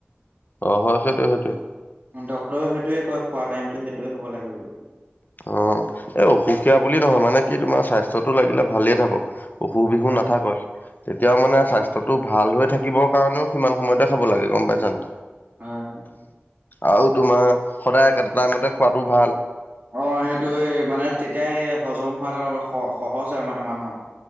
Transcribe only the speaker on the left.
অ হয় সেইটোয়ে সেইটোয়ে
অ এই অসুখীয়া বুলি নহয় মানে কি তোমাৰ স্বাস্থ্যটো লাগিলে ভালে থাকক। অসুখ বিসুখ
নাথাকে, তেতিয়াও মানে স্বাস্থ্যটো ভাল হৈ থাকিবৰ কাৰণেও সমান সময়তে খাব লাগে গম পাইছানে?
আৰু তোমাৰ সদায় একেটা টাইমতে খোৱাটো ভাল।